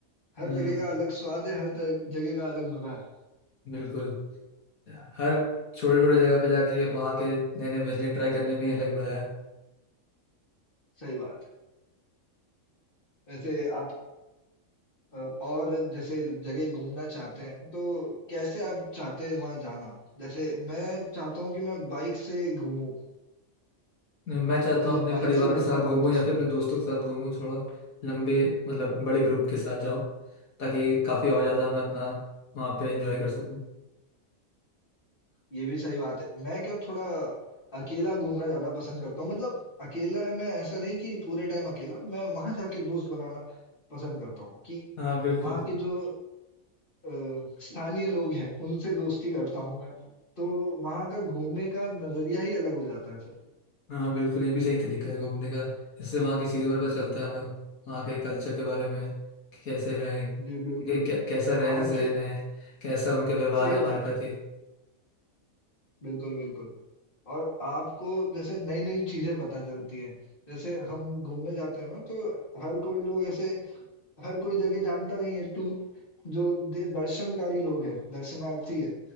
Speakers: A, on the left (about 35°); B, on the left (about 80°).
A: हर
B: हम्म
A: जगह का अलग स्वाद है हर तर- जगह का अलग मजा है
B: बिल्कुल हर छोटे छोटे जगह पे जाके वहाँ के नए नए व्यंजन ट्राई करने में ही अलग मज़ा है
A: सही बात है वैसे आप अ, और जैसे जगह घूमना चाहते हैं तो कैसे आप चाहते हैं वहां जाना जैसे मैं चाहता हूँ कि मैं बाइक से घूमूं
B: मैं चाहता
A: मुझे
B: हूँ अपने
A: बाइक
B: परिवार
A: से घूमना
B: के साथ घूमूं
A: बहुत पसंद
B: या फिर अपने
A: है
B: दोस्तों के साथ घूमूं थोड़ा लंबे मतलब बड़े ग्रुप के साथ जाऊं ताकि काफ़ी और ज़्यादा मैं अपना वहाँ पे एंजॉय कर सकूं
A: ये भी सही बात है। मैं क्या थोड़ा अकेला घूमना ज़्यादा पसंद करता हूँ। मतलब अकेला मैं ऐसा नहीं कि पूरे टाइम अकेला, मैं वहाँ जाके दोस्त बनाना पसंद करता हूँ कि
B: हाँ बिल्कुल
A: वहाँ के जो अ, स्थानीय लोग हैं, उनसे दोस्ती करता हूँ मैं। तो वहाँ का घूमने का नज़रिया ही अलग हो जाता है फिर।
B: हाँ बिल्कुल ये भी सही तरीका है घूमने का इससे वहाँ की चीज़ों पर पता चलता है हमें वहाँ के कल्चर के बारे में कि कैसे रहें
A: जी, बिल्कुल।
B: कि कै- कैसा रहन
A: वहाँ
B: सहन
A: के
B: है कैसा उनका व्यवहार
A: सही
B: है हमारे
A: बात
B: प्रति
A: है। बिल्कुल, बिल्कुल। और आपको जैसे नई-नई चीज़ें पता चलती हैं। जैसे हम घूमने जाते हैं ना, तो हर कोई लोग ऐसे हर कोई जगह जानता नहीं है टू जो दे- दर्शनकारी लोग हैं दर्शनार्थी है